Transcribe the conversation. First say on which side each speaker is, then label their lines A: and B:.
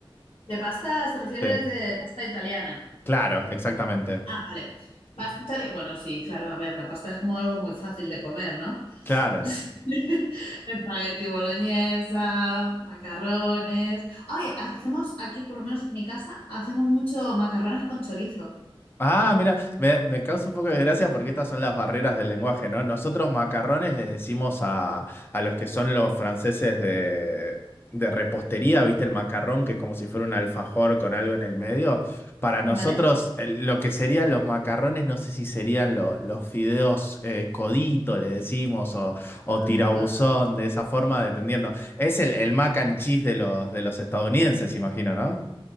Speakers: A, on the left; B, on the left.
A: ¿De pastas te refieres
B: Sí.
A: de pasta italiana?
B: Claro, exactamente.
A: Ah, vale. Pasta italiana, bueno, sí, claro, a ver, la pasta es como algo muy fácil de comer, ¿no?
B: Claro.
A: <laughs> Espagueti boloñesa, macarrones. Ay, hacemos aquí, por lo menos en mi casa, hacemos mucho macarrones con chorizo.
B: Ah, mira, me, me causa un poco de gracia porque estas son las barreras del lenguaje, ¿no? Nosotros macarrones le decimos a, a los que son los franceses de, de repostería, ¿viste? El macarrón, que es como si fuera un alfajor con algo en el medio. Para nosotros,
A: ¿Vale?
B: el- lo que serían los macarrones, no sé si serían lo- los fideos eh, codito, le decimos, o, o
A: Perfecto.
B: tirabuzón, de esa forma, dependiendo. Es el, el mac and cheese de los, de los estadounidenses, imagino, ¿no?